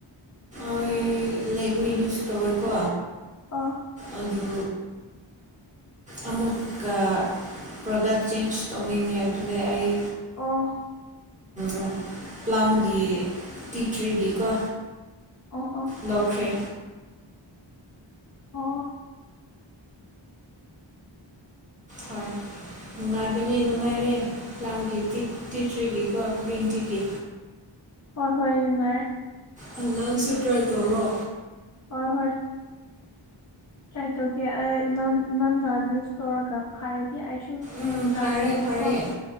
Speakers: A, on the right; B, on the left.
A: ꯑꯩ ꯂꯦꯛꯃꯤ ꯌꯨꯁ ꯇꯧꯋꯦꯀꯣ
B: ꯑ
A: ꯑꯗꯨ ꯑꯃꯨꯛꯀ ꯄ꯭ꯔꯗꯛ ꯆꯦꯟꯖ ꯇꯧꯅꯤꯡꯉꯦ ꯑꯗꯨꯅꯦ ꯑꯩ
B: ꯑꯣ
A: <inaudible> ꯄ꯭ꯂꯝꯒꯤ ꯇꯤ ꯇ꯭ꯔꯤꯒꯤꯀꯣ
B: ꯑꯣ ꯑꯣ
A: ꯂꯧꯈ꯭ꯔꯦ
B: ꯑꯣ
A: ꯍꯣꯏ ꯅꯨꯡꯉꯥꯏꯕꯅꯤ ꯅꯨꯡꯉꯥꯏꯔꯦ ꯂꯝꯥꯒꯤ ꯇꯤꯛꯇ꯭ꯔꯤꯒꯤꯀꯣ ꯒ꯭ꯔꯤꯟ ꯇꯤꯒꯤ
B: ꯍꯣꯏ ꯍꯣꯏ ꯅꯨꯡꯉꯥꯏꯔꯦ
A: ꯍꯜꯂꯁꯨ ꯇ꯭ꯔꯥꯏ ꯇꯧꯔꯣ
B: ꯍꯣꯏ ꯍꯣꯏ ꯇ꯭ꯔꯥꯏ ꯇꯧꯒꯦ ꯅꯪꯅ ꯌꯨꯁ ꯇꯧꯔꯒ ꯐꯔꯗꯤ ꯑꯩꯁꯨ
A: ꯎꯝ
B: ꯇ꯭ꯔꯥꯏ
A: ꯐꯔꯦ
B: ꯇꯧꯒꯦꯀꯣ
A: ꯐꯔꯦ